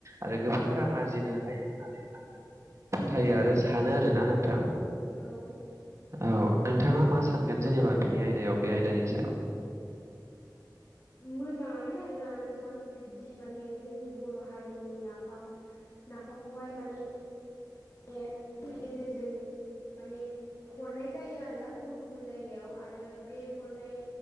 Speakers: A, on the right (about 40°); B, on the left (about 35°).
A: आरो गोबां रां आरजिनो हायो होननानै आङो फोथायो आरो सानो आरोना नोंथां
B: औ
A: औ नोंथाङा मा सान मोनगोन जेनेबा बिनि आयदायाव बे आयदानि सायाव।
B: मोजाङानो आरोना नोंथां बिब्दि माने जोंनि बर' हारिनि नाफाम नाफामखौहाय माने <inaudible> गेजेरजों माने हरनाय जायो आरो ना गुबुन गुबुन जायगायाव आरो बे हरनाय